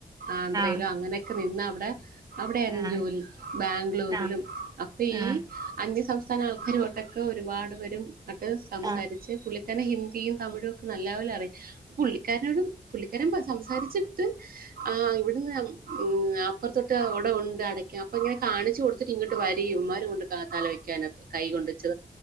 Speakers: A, on the right (about 75°); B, on the right (about 25°).
A: ആന്ധ്രയിലോ
B: ആഹ്
A: അങ്ങനെയൊക്കെ നിന്നാ അവിടെ അവിടെ ആയിര്ന്ന്
B: ആഹ്
A: ജോലി ബാംഗ്ളൂരിലും
B: ആഹ്
A: അപ്പ ഈ
B: ആഹ്
A: അന്യ സം <unintelligible> <unintelligible> ഒരുപാട് വരും അത് സംസാരിച്
B: ആഹ്
A: പുള്ളി ഹിന്ദിയും തമിഴ്യൊക്കെ നല്ല പോലെ അറിയാം പുള്ളികാരനോടും പുള്ളിക്കാരൻ സംസാരിച്ചിട്ട് ആഹ് ഇവ്ട്ന്ന് ഊം അപ്പതൊട്ട് ഇവിടെ ഉണ്ട് അടക്ക ങ്ങനെ കാണിച്കൊട്തിട്ട് ഇങ്ങ്ട്ട് വരി ഇവന്മാര് കൊണ്ട് തല വെക്കാനൊക്കെ കൈ കൊണ്ടിച്ചു